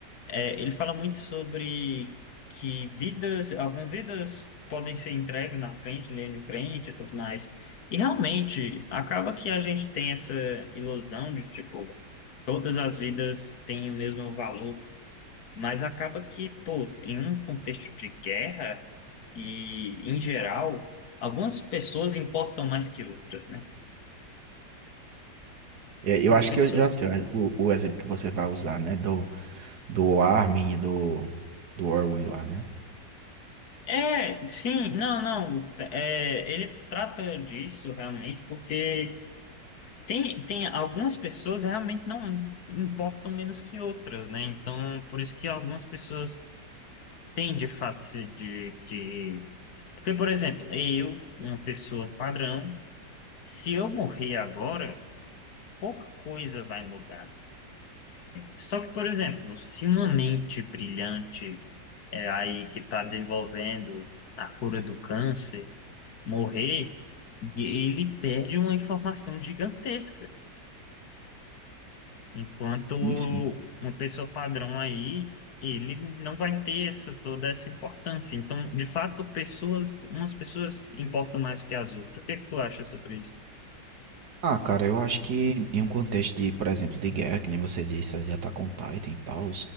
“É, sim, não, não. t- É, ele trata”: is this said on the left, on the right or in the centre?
Left